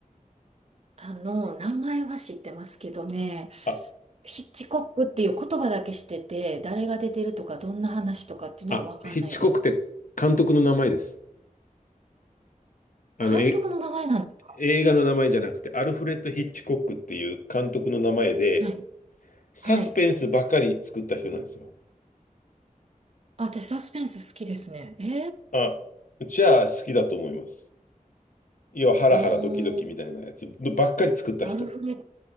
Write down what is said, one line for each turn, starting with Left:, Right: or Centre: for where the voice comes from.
Right: あの、名前は知ってますけどね、
Left: あ、
Right: ヒッチコックっていう言葉だけ知ってて、誰が出てるとか、どんな話とかっていうのはわかんないです。
Left: あ、ヒッチコックって監督の名前です。あの、
Right: 監督の名前なんですか
Left: え、映画の名前じゃなくて、アルフレッド・ヒッチコックっていう監督の名前で、
Right: はい。
Left: サスペンスばかり作った人なんですよ。
Right: はい。あ、私サスペンス好きですね。えー、
Left: あ、じゃあ好きだと思います。要はハラハラドキドキみたいなやつばっかり作った人、
Right: うーん、アルフレッド。